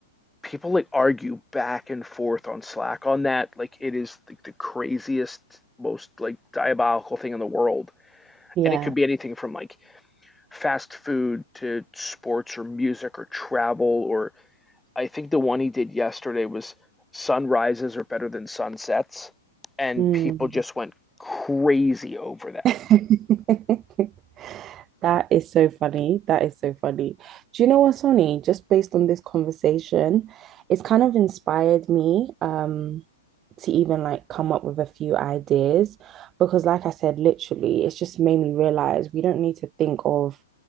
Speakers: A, in the centre; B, on the right.
A: people like argue back and forth on Slack on that. Like it is like the craziest, most like diabolical thing in the world.
B: Yeah.
A: And it could be anything from like fast food to sports or music or travel or I think the one he did yesterday was sunrises are better than sunsets and
B: Mm.
A: people just went crazy over
B: <laughs> That is so funny. That is so funny. Do you know what, Sonny? Just based on this conversation, it's kind of inspired me um to even like come up with a few ideas because like I said, literally, it's just made me realize we don't need to think of